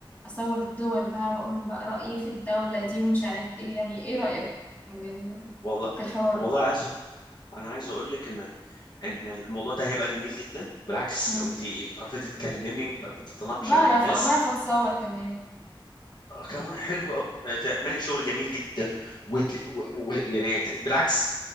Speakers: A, on the left (about 20°); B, on the left (about 50°).
A: أصور الدول بقى وأقول بقى رأيي في الدولة دي ومش عارف إيه يعني إيه رأيك من ال...
B: والله
A: في الحوار
B: والله
A: ده
B: عايز انا عايز اقول لك ان ال- ان الموضوع ده هيبقى جميل جدا بالعكس
A: مم.
B: لو انت بتعرفي تتكلمي وبتعرفي تتناقشي
A: بعرف
B: مع الناس
A: بعرف أتصور كمان
B: آه، كمان حلو قوي تعملي شغل جميل جدا وت... و... و... يعني ت- بالعكس